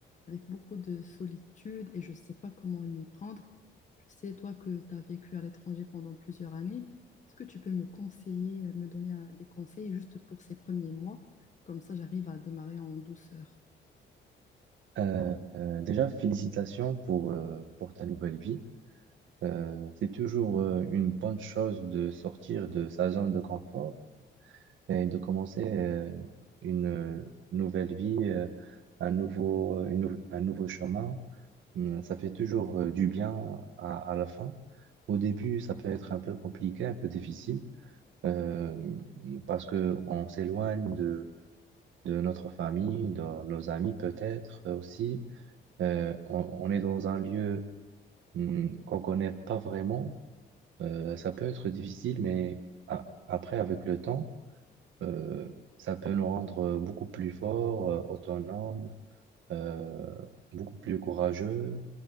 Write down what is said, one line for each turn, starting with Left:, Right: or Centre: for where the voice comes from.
Left: avec beaucoup de solitude et je ne sais pas comment m'y prendre. Je sais, toi, que tu as vécu à l'étranger pendant plusieurs années. Est-ce que tu peux me conseiller, euh, me donner euh, des conseils juste pour ces premiers mois? Comme ça, j'arrive à démarrer en douceur.
Right: Euh, euh, déjà, félicitations pour, euh, pour ta nouvelle vie. Euh, c'est toujours euh, une bonne chose de sortir de sa zone de confort et de commencer euh, une euh, nouvelle vie, euh, un nouveau, euh, une nou- un nouveau chemin. Hum, Ça fait toujours euh, du bien à, à la fin. Au début, ça peut être un peu compliqué, un peu difficile, euh, parce que on s'éloigne de, de notre famille, de nos amis peut-être euh, aussi euh, on, on est dans un lieu hmm, qu'on connaît pas vraiment, euh, ça peut être difficile, mais a- après, avec le temps, euh, ça peut nous rendre beaucoup plus forts, euh, autonomes, euh, beaucoup plus courageux